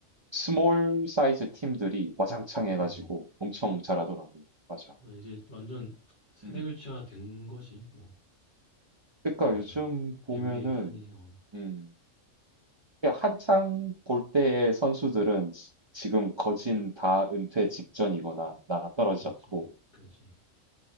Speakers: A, on the right (about 40°); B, on the left (about 35°).
A: 스몰 사이즈 팀들이 와장창 해가지고
B: 음.
A: 엄청 잘하더라고. 맞아.
B: 그래서 이제 완전 세대
A: 음,
B: 교체가 된 거지, 뭐,
A: 그러니까
B: 진짜.
A: 요즘 보면은
B: NBA 판이, 어,
A: 음. 한창 볼 때의 선수들은 지- 지금 거진 다 은퇴 직전이거나 나가 떨어졌고,
B: 그지, 그지.